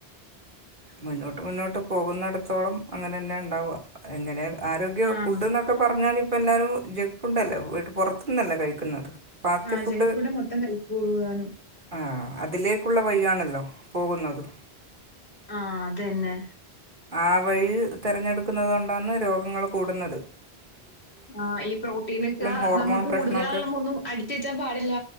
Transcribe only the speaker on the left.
ആഹ്
ആഹ്
ജങ്ക് മൊത്തം കഴിക്കോളൂ താനും
ആ അതന്നെ
ആ ഈ പ്രോട്ടീനെക്ക
നമ്മ കൂട്തലാളമൊന്നും
അടിച്ച് വെച്ചാൻ പാടില്ല